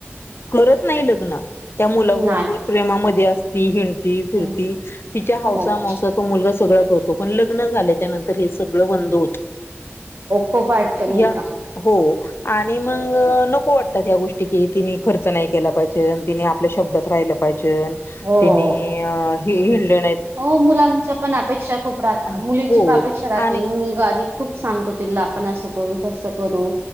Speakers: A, on the left; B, on the right.
A: करत नाही लग्न त्या मुलाबरोबर
B: नाही
A: प्रेमामध्ये अस <unintelligible> फिरती
B: हो
A: तिच्या हौसामवसा
B: हो
A: तो मुलगा सगळ करतो पण लग्न झाल्यांच्यानंतर, तर हे सगळं बंद होत.
B: खूप अडचणी
A: या
B: येतात
A: हो आणि मग नको वाटतात, या गोष्टी कि तिने खर्च चं नाही केला पाहिजेन. तिने आपल्या शब्दात राहिलं पाहिजेन
B: हो
A: तिने अ.. हे हीलडॅन.
B: हो मुलांच्या पण अपेक्षा खूप राहता.
A: अ,
B: मुलीची
A: हो
B: पण अपेक्षा राहते
A: आणि
B: मुलगा आधी खूप सांगतो तिला आपण असं करू. तसं करू?